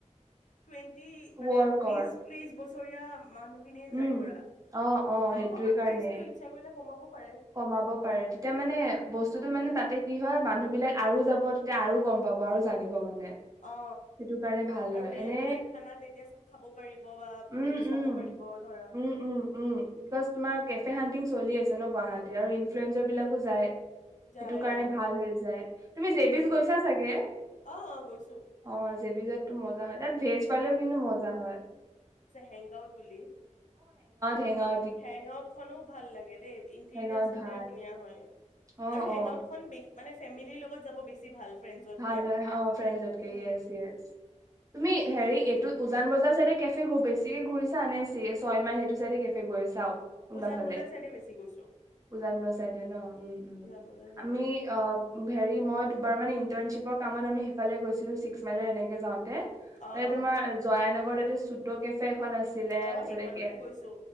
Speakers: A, on the left; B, on the right.
A: টুৱেণ্টি মানে
B: ৱৰ্কৰ।
A: বিশ ত্ৰিশ বছৰীয়া মানুহ খিনিয়ে
B: উম,
A: যাই ধৰা
B: অ', অ',
A: ত
B: সেইটোৱে
A: অকমান
B: কাৰণে
A: প্ৰাইজতো ইচ্ছা কৰিলে কমাব পাৰে
B: কমাব পাৰে তেতিয়া মানে বস্তুতটো মানে তাতে কি হয় মানুহ বিলাক আৰু যাব তেতিয়া আৰু গম পাব আৰু জানিব মানে
A: অ
B: সেইটো কাৰণে ভাল
A: আৰু
B: হয়
A: বেলেগ
B: এনে
A: বেলেগ খানা তেতিয়া খাব পাৰিব বা
B: উম
A: হেৰি চাব
B: উম
A: পাৰিব ধৰা
B: উম উম উম বিকজ তোমাৰ কেফে হানটিং চলি আছে ন গুৱাহাটী আৰু ইনফ্লুৱয়েজৰ বিলাকো যায়
A: যাই
B: সেইটো কাৰণে
A: অ
B: ভাল হৈ যায় তুমি জেবিচ
A: উম
B: গৈছা চাগে
A: অ অ গৈছো
B: অ জে বি যেত টো মজা হয় তাত ভেজ পালেও কিন্তু মজা হয়
A: হেংগ আউত বুলি
B: হেং আউত
A: হেং আউট খনো ভাল লাগে দেই ইণ্টেৰিয়ৰ
B: হেঙাওত
A: চিণ্টেৰিয়ৰ
B: ভাল
A: ধুনীয়া হয়
B: অ
A: আৰু হেং
B: অ
A: আউট খন পি মানে ফেমিলিৰ লগত যাব বেছি ভাল ফ্ৰেণ্ডছতকে
B: ভাল হয় অ ফ্ৰেণ্ডজতকে
A: উম
B: য়েছ য়েছ তুমি হেৰি এইটো উজান বজাৰ চাইডে কেফে বেছিকে ঘূৰিছা নে চিৰে ছয় মাইল সেইটো চাইডে কেফে গৈছাও ওলটা
A: উজান
B: ফালে
A: বজাৰ চাইডে বেছি গৈছো
B: উজান বজাৰ চাইডে ন উম উম
A: উজান বজাৰ চাইডে
B: আমি অ হেৰি মই দুবাৰ মানে টিপৰ কামত আমি সেইফালে গৈছিলো ছিক্স মাইলৰ এনেকে যাওঁতে
A: অ
B: এ তোমাৰ জোৱা এ নক আকৌ তাতে চোতৰ কেফে খন আছিলে
A: অ
B: তাৰপিছত
A: সেইখনতো
B: এতিয়া
A: গৈছো